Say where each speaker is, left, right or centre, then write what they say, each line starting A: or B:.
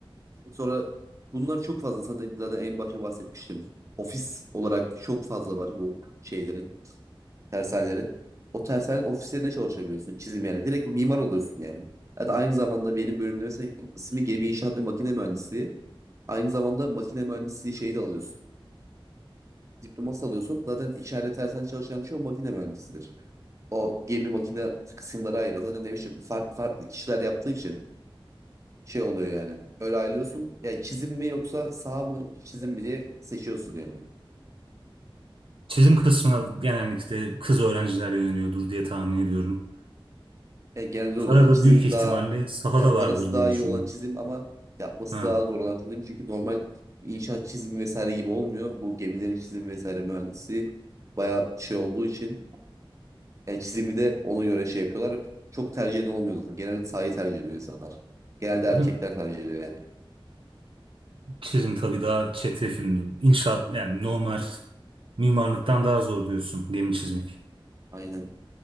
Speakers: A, on the right (about 35°); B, on the right (about 70°).
A: Sonra bunlar çok fazla sana da zaten en başta bahsetmiştim. Ofis olarak çok fazla var bu şeylerin tersanelerin. O tersanelerin ofislerinde çalışabiliyorsun. Çizim yani. Direkt mimar oluyorsun yani. Hatta aynı zamanda benim bölümde mesela ismi gemi inşaat ve makine mühendisliği. Aynı zamanda makine mühendisliği şeyi de alıyorsun. Diploması alıyorsun. Zaten içeride tersen çalışan çoğu makine mühendisidir. O gemi makine kısımları ayrı. Zaten ne bileyim farklı farklı kişiler yaptığın için şey oluyor yani. Öyle ayrılıyorsun. Yani çizim mi yoksa sağ mı çizim mi diye seçiyorsun yani.
B: Çizim kısmına genellikle kız öğrenciler yöneliyordur diye tahmin ediyorum.
A: E, genelde
B: Para
A: o zaten
B: da
A: çizim
B: büyük ihtimalle
A: daha
B: sahada
A: Yani parası
B: vardır
A: daha
B: diye düşünüyorum.
A: iyi olan çizim ama yapması
B: Ha,
A: daha zor olan çizim. Çünkü normal inşaat çizimi vesaire gibi olmuyor. Bu gemilerin çizimi vesaire mühendisi bayağı şey olduğu için yani çizimi de ona göre şey yapıyorlar. Çok tercih eden olmuyor zaten. Genelde sahayı tercih ediyor insanlar. Genelde
B: öyle
A: erkekler
B: mi?
A: tercih ediyor yani.
B: Çizim tabii daha çetrefilli. İnşaat yani normal mimarlıktan daha zor diyorsun gemi çizmek.
A: Aynen.